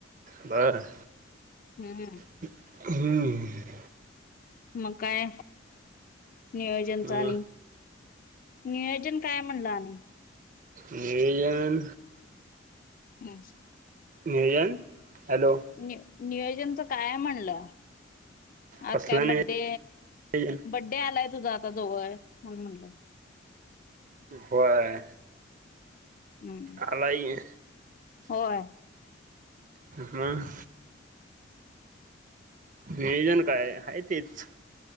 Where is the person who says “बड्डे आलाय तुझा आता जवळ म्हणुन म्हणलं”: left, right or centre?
Left